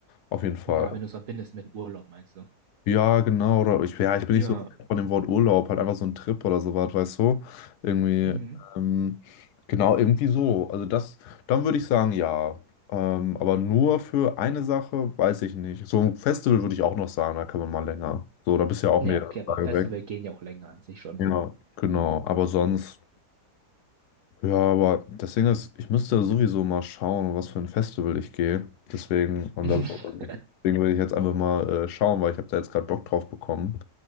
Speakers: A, on the left; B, on the right.
A: auf jeden Fall.
B: Ja, wenn du es verbindest mit dem Urlaub, meinst du?
A: Ja, genau. Oder ich, ja, ich bin
B: Ja.
A: nicht so von dem Wort Urlaub, halt einfach so ein Trip oder sowas, weißt du? Irgendwie,
B: Mhm.
A: ähm, genau, irgendwie so. Also das, dann würde ich sagen, ja. Ähm, aber nur für eine Sache, weiß ich nicht. So ein Festival würde ich auch noch sagen, da kann man mal länger. So, da bist du ja auch
B: Ja,
A: mehrere
B: okay, aber
A: Tage
B: Festival
A: weg.
B: gehen ja auch länger an sich schon.
A: Ja, genau. Aber sonst, ja, aber das Ding ist, ich müsste sowieso mal schauen, was für ein Festival ich gehe. Deswegen, und
B: <laughs>
A: da, deswegen will ich jetzt einfach mal äh, schauen, weil ich habe da jetzt gerade Bock drauf bekommen.